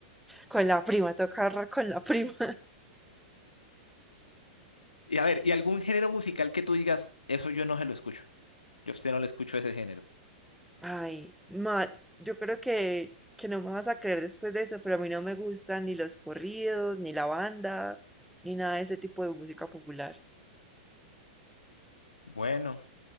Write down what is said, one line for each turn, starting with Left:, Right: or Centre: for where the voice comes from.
Centre: Con la prima, toca ahorrar con la prima.
Left: Y a ver, ¿y
Centre: <laughs>
Left: algún género musical que tú digas, eso yo no se lo escucho? Yo a usted no le escucho ese género.
Centre: Ay, ma, yo creo que, que no me vas a creer después de eso, pero a mí no me gustan ni los corridos, ni la banda, ni nada de ese tipo de música popular.
Left: Bueno.